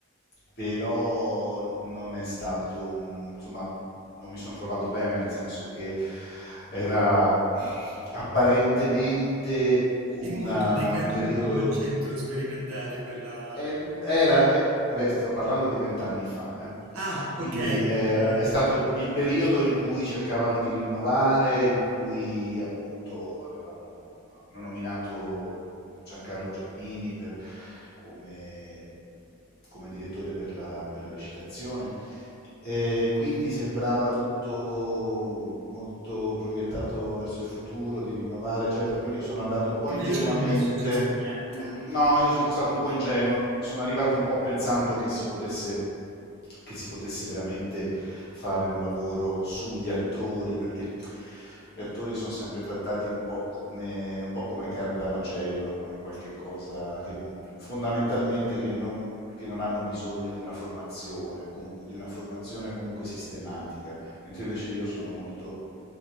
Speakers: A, on the left; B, on the right.
A: però non è stato un, insomma, non mi sono trovato bene nel senso che era apparentemente una-
B: è molto decaduto
A: un periodo,
B: il centro sperimentale per la...
A: eh, era, eh, beh, sto parlando di vent'anni fa, eh.
B: Ah,
A: Quindi
B: ok,
A: eh,
B: perché
A: è stato il periodo in cui cercavano di rinnovare, in cui appunto avevano hanno nominato Giancarlo Giannini per- come, come direttore per la, per la recitazione. Eh, quindi sembrava tutto molto proiettato verso il futuro, di rinnovare, eccetera. Quindi io sono andato un po'
B: invece
A: ingenuamente.
B: non è successo niente.
A: Mm, No, io sono stato un po' ingenuo, sono arrivato un po' pensando che si potesse che si potesse veramente fare un lavoro sugli attori, perché gli attori sono sempre trattati un po' come, un po' come carne da macello, come qualche cosa che non- fondamentalmente che non, che non hanno bisogno di una formazione o comunque di una formazione comunque sistematica, mentre invece io sono molto,